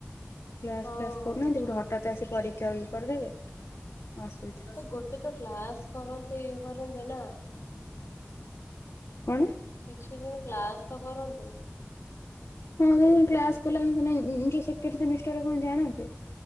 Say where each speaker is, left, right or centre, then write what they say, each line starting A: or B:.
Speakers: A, on the left; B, on the left.
A: କ୍ଲାସ
B: ହଁ
A: ଫ୍ଲାସ କରୁନୁ ଏମିତି
B: ଯା
A: ଗୋଟେ ହଠାତ୍ ଆସି ପରୀକ୍ଷା ଇଏ କରିଦେବେ। ଅସୁବିଧା
B: ତ ଗୋଟେ ତ କ୍ଲାସ କରନ୍ତେ ଇଏ କରନ୍ତେ ନା।
A: କଣ
B: କିଛି ଦିନି କ୍ଲାସ ତ କରନ୍ତେ।
A: ହଁ <unintelligible> କଣ ଜାଣନ୍ତେ।।